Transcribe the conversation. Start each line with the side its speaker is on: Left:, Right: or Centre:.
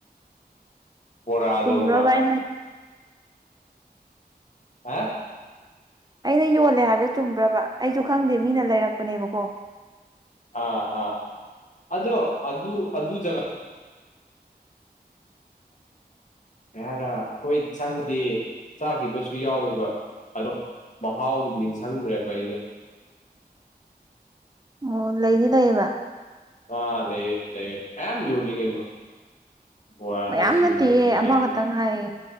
Left: ꯕꯣꯔꯥꯗꯨꯔꯣꯕ
Right: ꯆꯨꯝꯕꯔꯕ ꯑꯩꯅ
Left: ꯍꯥ
Right: ꯑꯩꯅ ꯌꯣꯜꯂꯦ ꯍꯥꯏꯕꯗꯣ ꯆꯨꯝꯕ꯭ꯔꯕ ꯑꯩꯁꯨ ꯈꯪꯗꯦ ꯃꯤꯅ ꯂꯩꯔꯛꯄꯅꯦꯕꯀꯣ
Left: ꯑꯥ ꯑꯥ ꯑꯗꯣ ꯑꯗꯨ ꯑꯗꯨ ꯖꯥꯒ ꯍꯥꯏꯔ ꯑꯩꯈꯣꯏ ꯆꯪꯗꯤ ꯆꯥꯈꯤꯕꯁꯨ ꯌꯥꯎꯋꯦꯕ ꯑꯗꯣ ꯃꯍꯥꯎꯗꯤ ꯅꯤꯡꯁꯤꯡꯗ꯭ꯔꯦꯕ ꯑꯩꯗꯣ
Right: ꯑꯣ ꯂꯩꯗꯤ ꯂꯩꯌꯦꯕ
Left: ꯑꯥ ꯂꯩꯌꯦ ꯂꯩꯩꯌꯦ ꯃꯌꯥꯝ ꯌꯣꯜꯂꯤ ꯀꯩꯅꯣ ꯕꯣꯔꯥ
Right: ꯃꯌꯥꯝ
Left: ꯅꯦ ꯁꯤꯡꯖꯨꯅꯦ
Right: ꯅꯠꯇꯦꯌꯦ
Left: ꯀꯩꯗꯩ
Right: ꯑꯃꯈꯛꯇꯪ ꯍꯥꯏꯌꯦ